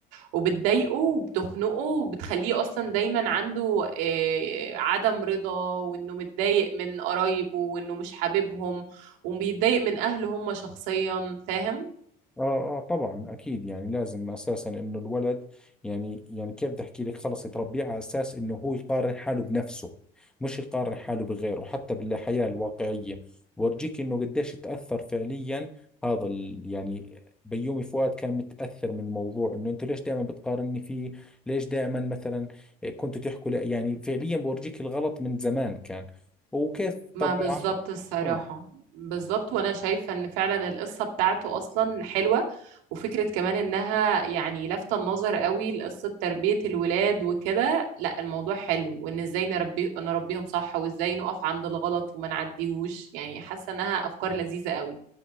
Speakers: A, on the right (about 80°); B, in the centre.
A: وبتضايقه وبتخنقه وبتخليه اصلا دايما عنده آه، عدم رضا وانه متضايق من قرايبه وانه مش حاببهم وبيتضايق من اهله هم شخصيا فاهم
B: اه اه طبعا اكيد يعني لازم اساسا انه الولد يعني يعني كيف بدي احكي لك خلص يتربيه على اساس انه هو يقارن حاله بنفسه مش يقارن حاله بغيره حتى بالحياة الواقعية بورجيك انه قديش تأثر فعليا هذا ال يعني بيومي فؤاد كان متأثر من الموضوع انه انتوا ليش دائما بتقارني فيه ليش دائما مثلا كنتوا تحكوا لا يعني فعليا بورجيك الغلط من زمان كان وكيف
A: ما
B: طبعا
A: بالظبط الصراحة
B: اه
A: بالظبط وأنا شايفة إن فعلا القصة بتاعته أصلا حلوة وفكرة كمان إنها يعني لافتة النظر قوي لقصة تربية الولاد وكده لا الموضوع حلو وإن إزاي نربي نربيهم صح وإزاي نقف عند الغلط وما نعديهوش يعني حاسة إنها أفكار لذيذة قوي